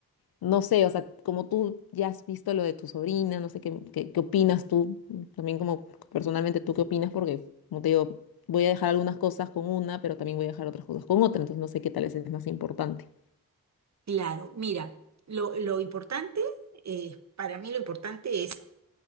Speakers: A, on the left; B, on the right.
A: no sé, o sea, como tú ya has visto lo de tu sobrina, no sé qué, qué, qué opinas tú, también como personalmente tú qué opinas, porque como te digo, voy a dejar algunas cosas con una, pero también voy a dejar otras cosas con otra, entonces no sé qué tal es más importante.
B: Claro, mira, lo, lo importante, eh, para mí lo importante es,